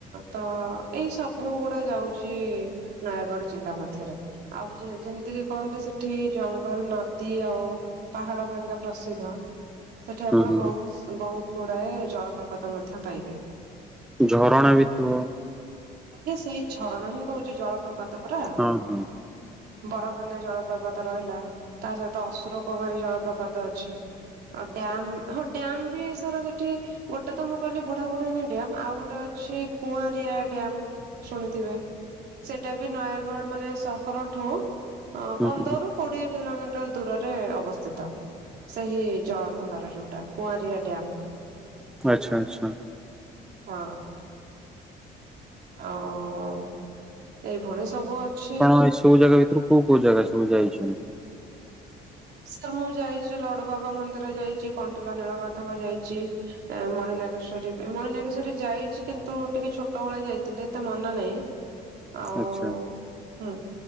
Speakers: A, on the right; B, in the centre.
A: ତ ଏଇ ସବୁ ଗୁଡା ଯାଉଛି ନୟାଗଡ଼ ଜିଲ୍ଲା ମଧ୍ୟରେ ଆଉ ଯେମିତି କି କହିଲେ ସେଠି ଜଙ୍ଗଲ ନଦୀ ଆଉ ପାହାଡ ପାଇଁକା ପ୍ରସିଦ୍ଧ ସେଠି ଆପଣ
B: ହୁଁ ହୁଁ।
A: ବହୁତ ବହୁତ ଗୁଡାଏ ଜଳପ୍ରପାତ ମଧ୍ୟ ପାଇବେ
B: ଝରଣା ବି ଥିବ
A: ଆଜ୍ଞା ସେଇ ଝରଣ ହିଁ କହୁଛି ଜଳପ୍ରପାତ ପରା
B: ହଁ ହଁ
A: ବରକନ୍ୟା ଜଳପ୍ରପାତ ରହିଲା ତା ସହିତ ଅସୁର କୁମାରୀ ଜଳପ୍ରପାତ ଅଛି ଆଉ ଡ୍ୟାମ ହଁ ଡ୍ୟାମ ବି ସର ସେଠି ଗୋଟେ ତ ମୁଁ କହିଲି ବୁଢାାବୁଢୀଣୀ ଡ୍ୟମ୍ ଆଉ ଗୋଟେ ଅଛି କୁଆଁରିଆ ଡ୍ୟାମ ଶୁଣିଥିବେ ସେଟା ବି ନୟାଗଡ ମାନେ ସହରଠୁ ଅ
B: ହୁଁ
A: ପନ୍ଦରରୁ
B: ହୁଁ
A: କୋଡିଏ କିଲୋମିଟର ଦୂରରେ ଅବସ୍ଥିତ ସେହି ଜଳଭଣ୍ଡର ଯୋଉଟା କୁଆଁରିଆ ଡ୍ୟାମ
B: ଆଚ୍ଛା ଆଚ୍ଛା
A: ହଁ ଓ ଏଇଭଳି ସବୁ ଅଛି
B: ହ ସବୁ ଜାଗା ଭିତରୁ କୋଉ କୋଉ ଜାଗା ସବୁ ଯାଇଛନ୍ତି
A: ସାର୍ ମୁଁ ଯାଇଛି ଲଡୁ ବାବା ମନ୍ଦିର ଯାଇଛି କଣ୍ଟିଲ ନୀଳ ମାଧବ ଯାଇଛି ମଣିନାଗେଶ୍ଵରୀ ବି ମଣିନାଗେଶ୍ଵରୀ ଯାଇଛି କିନ୍ତୁ ଟିକେ ଛୋଟ ଭେଳେଆ ଯାଇଥିଲେ ଏତେ ମନା ନହିଁ <inaudible> ଆଉ
B: ଆଚ୍ଛା
A: ହୁଁ